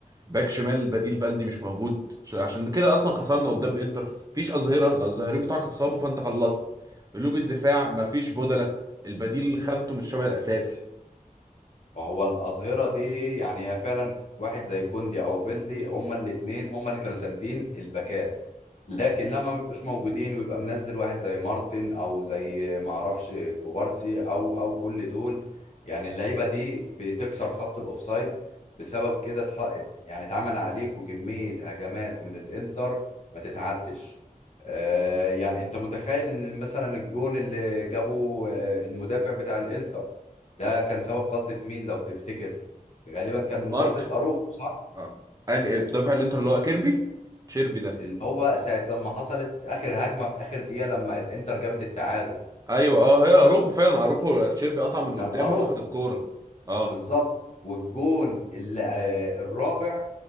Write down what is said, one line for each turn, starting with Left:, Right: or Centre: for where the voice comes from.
Right: باك شمال بديل بلدي مش موجود عشان كده اصلا خسرنا قدام انتر مفيش اظهره لا الظاهرين بتاعك اتصابوا فانت خلصت قلوب الدفاع مفيش بدله البديل خامته مش شبه الاساسي
Left: فهو الأظهرة دي يعني هي فعلا واحد زي كوندي أو بيلدي هما الاتنين هما اللي كانوا ساندين الباكات لكن لما ما بيبقوش موجودين ويبقى منزل واحد زي مارتن أو زي معرفش كوبارسي أو أو كل دول يعني اللعيبة دي بتكسر خط الأوفسايد بسبب كده اتح- يعني اتعمل عليك وكمية هجمات من الإنتر ما تتعدش آه يعني أنت متخيل إن مثلا الجون اللي جابه آه، المدافع بتاع الإنتر ده كان سبب غلطة مين لو تفتكر غالبا كان
Right: مارت
Left: من غلطة أروخو صح
Right: اه يعني دافع الانتر اللي هو كيربي تشيربي ده
Left: اللي هو ساعة لما حصلت آخر هجمة في آخر دقيقة لما الإنتر جابت التعادل
Right: ايوه اه هي اروخو فعلا اروخو تشيربي قطع من قدامه
Left: كان أروخو
Right: اخد الكوره اه
Left: بالظبط والجون اللي آه، الرابع